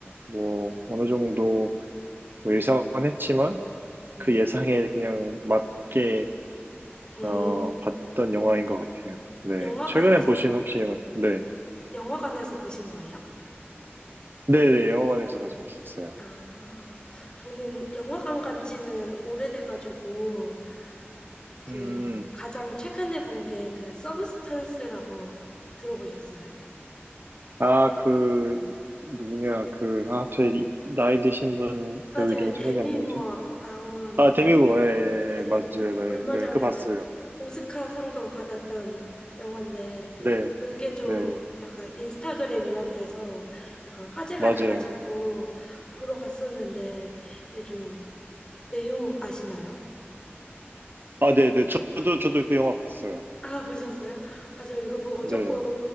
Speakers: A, on the right; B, on the left.
A: 뭐 어느 정도 뭐 예상은 했지만
B: 네.
A: 그 예상에 그냥 맞게
B: 음,
A: 어, 봤던 영화인 것 같아요. 네,
B: 영화관에서,
A: 최근에 보신 혹시 네,
B: 영화관에서 보신 거예요?
A: 네, 네, 영화관에서 가서 봤었어요.
B: 아, 저는 영화관 간 지는 오래돼가지고, 그,
A: 음,
B: 가장 최근에 본 게 그 서브스턴스라고 들어보셨어요?
A: 아, 그 누구냐 그 아, 갑자기 나이 드신 분
B: 맞아요.
A: 배우 이름이
B: 데미
A: 생각이 안 나지?
B: 무어 나온
A: 아, 데미 모어, 예,
B: 네,
A: 예, 맞아요, 네,
B: 얼마 전에
A: 네, 그 봤어요.
B: 그 오스카상도 받았던 영화인데
A: 네,
B: 그게 좀
A: 네,
B: 약간 인스타그램 이런 데서 약간 화제가
A: 맞아요.
B: 돼가지고 보러 갔었는데 이게 좀 내용 아시나요?
A: 아, 네, 네, 저도 저도 그 영화 봤어요.
B: <laughs> 아, 보셨어요? 아, 저 이거 보고
A: 네.
B: 조금